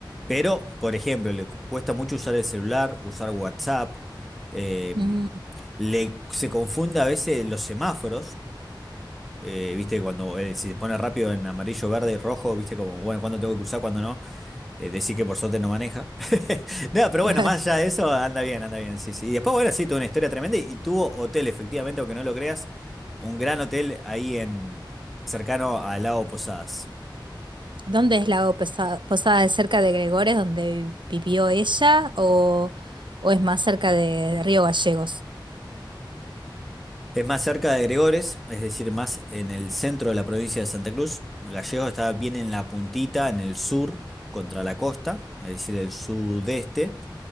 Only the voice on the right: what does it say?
Mm,
<laughs>
¿Dónde es Lago Pesa- Posada? ¿Es cerca de Gregores, donde vivió ella, o, o es más cerca de, de Río Gallegos?